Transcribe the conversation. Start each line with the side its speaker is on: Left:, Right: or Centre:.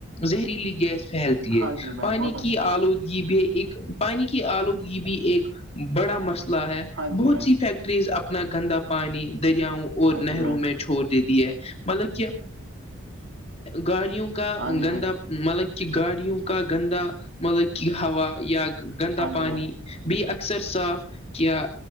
Left: زہریلی گیس پھیلتی
Right: ہاں
Left: ہے
Right: جی بھائی
Left: پانی
Right: بہت اچھی
Left: کی آلودی
Right: بات ہے
Left: یہ بھی ایک پانی کی آلودگی بھی ایک بڑا مسئلہ ہے
Right: ہاں جی
Left: بہت
Right: بھائی
Left: سی فیکٹریز اپنا گندا پانی دریاؤں اور
Right: ہاں
Left: نہروں
Right: جی بھائی
Left: میں چھوڑ دیتی ہے مطلب کہ گاڑیوں کا
Right: ہاں جی
Left: گندا
Right: بھائی
Left: مطلب کی گاڑیوں کا گندا مطلب کی ہوا یا گندا
Right: ہاں جی
Left: پانی
Right: بھائی
Left: بھی اکثر صاف کیا